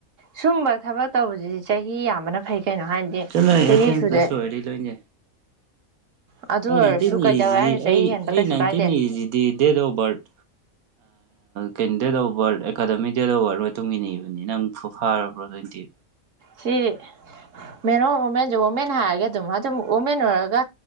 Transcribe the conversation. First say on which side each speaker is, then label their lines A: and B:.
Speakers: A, on the right (about 65°); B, on the right (about 85°).
A: ꯁꯨꯝꯕ ꯊꯕꯛ ꯇꯧꯕꯁꯤꯗꯤ ꯆꯍꯤ ꯌꯥꯝꯕꯅ ꯐꯩ ꯀꯩꯅꯣ ꯍꯥꯏꯗꯤ
B: ꯆꯂꯣ ꯑꯦꯁꯤ
A: ꯆꯍꯤ ꯁꯨꯗ
B: ꯄ꯭ꯂꯁꯣ ꯑꯦ ꯂꯣꯏꯅꯦ
A: ꯑꯗꯨ
B: ꯑꯩ
A: ꯑꯣꯏꯔꯁꯨ
B: ꯅꯥꯏꯟꯇꯤꯟ
A: ꯀꯩꯗꯧꯋꯦ
B: ꯏꯔꯤꯁꯤꯗꯤ
A: ꯍꯥꯏꯅ ꯆꯍꯤ
B: ꯑꯩ
A: ꯍꯦꯟꯕ
B: ꯑꯩ
A: ꯀꯩꯁꯨ
B: ꯅꯥꯏꯟꯇꯤꯟ
A: ꯀꯥꯏꯗꯦ
B: ꯏꯔꯤꯁꯤꯗꯤ ꯗꯦꯠ ꯑꯣꯐ ꯕꯥꯔꯠ ꯀꯩꯅꯣ ꯗꯦꯗ ꯋꯥꯔꯗ ꯑꯦꯀꯥꯗꯃꯤꯛ ꯗꯦꯗ ꯑꯣ ꯋꯥꯔꯗ ꯃꯇꯨꯡ ꯏꯟꯅ ꯏꯕꯅꯤ ꯅꯪ ꯐꯥꯔꯕ꯭ꯔꯣ ꯇ꯭ꯋꯦꯟꯇꯤ
A: ꯁꯤ ꯃꯦꯟ ꯑꯣꯔ ꯋꯨꯃꯦꯟꯁꯦ ꯋꯨꯃꯦꯟ ꯍꯥꯏꯔꯒꯦ ꯑꯗꯨꯝ ꯑꯗꯨꯝ ꯋꯨꯃꯦꯟ ꯑꯣꯏꯔꯒ